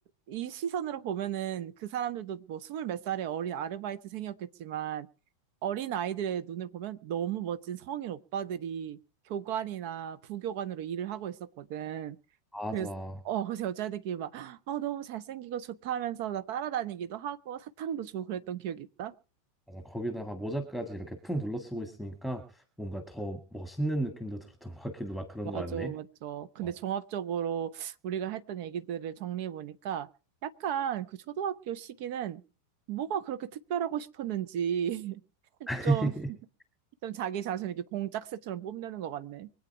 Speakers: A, on the right; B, in the centre.
A: 이 시선으로 보면은 그 사람들도 뭐 스물 몇 살의 어린 아르바이트생이었겠지만, 어린 아이들의 눈을 보면 너무 멋진 성인 오빠들이 교관이나 부교관으로 일을 하고 있었거든.
B: 맞아.
A: 그래서, 어, 그래서 여자애들끼리 막, 어, 너무 잘생기고 좋다 하면서 나 따라다니기도 하고 사탕도 주고 그랬던 기억이 있다.
B: 맞아. 거기다가 모자까지 이렇게 푹 눌러 쓰고 있으니까 뭔가 더 멋있는 느낌도 들었던 것 같기도 막 그런
A: 맞죠,
B: 것 같네.
A: 맞죠. 근데
B: 어.
A: 종합적으로 우리가 했던 얘기들을 정리해보니까 약간 그 초등학교 시기는 뭐가 그렇게 특별하고 싶었는지 <laughs>
B: <laughs>
A: 좀, 좀 자기 자신을 이렇게 공작새처럼 뽐내는 것 같네.